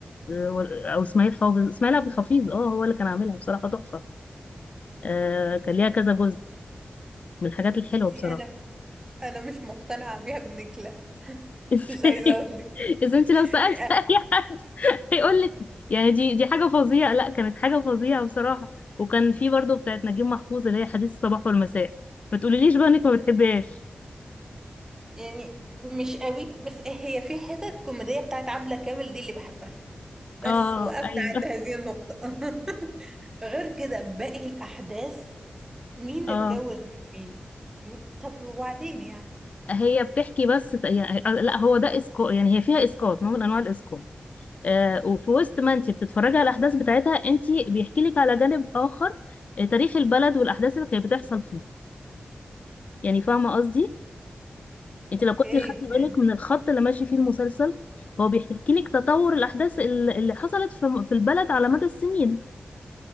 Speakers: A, on the left; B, on the right.
A: آه، وال- أو إسماعيل حافظ إسماعيل عبد الحفيظ اه هو اللي كان عاملها بصراحة تحفة آه كان ليها كذا جزء من الحاجات الحلوة
B: بصي
A: بصراحة
B: انا انا مش مقتنعة بيها ابنك لا <laughs>
A: <laughs> ازاي
B: مش عايزة اقولك
A: إذا أنت لو سألت
B: يعني
A: <laughs> أي حد هيقول لك يعني دي دي حاجة فظيعة لا كانت حاجة فظيعة بصراحة وكان في برضه بتاعت نجيب محفوظ اللي هي حديث الصباح والمساء ما تقوليليش بقى إنك ما بتحبهاش
B: يعني مش قوي بس هي في حتة كوميدية بتاعت عبلة كامل دي اللي بحبها بس
A: اه
B: وقفنا
A: ايوه
B: عند هذه النقطة <laughs> غير كده باقي الأحداث مين
A: اه
B: اتجوز من مين مين- طب وبعدين يعني
A: هي بتحكي بس ت- يعني آه، لا هو ده اسقاط يعني هي فيها اسقاط نوع من انواع الاسقاط آه وفي وسط ما انت بتتفرجي على الاحداث بتاعتها انت بيحكي لك على جانب اخر آه، تاريخ البلد والاحداث اللي كانت بتحصل فيه يعني فاهمه قصدي انت
B: أوكي
A: لو كنت خدت
B: فهمت
A: بالك من الخط اللي ماشي فيه المسلسل هو بيحكي لك تطور الاحداث ال- اللي حصلت في في البلد على مدى السنين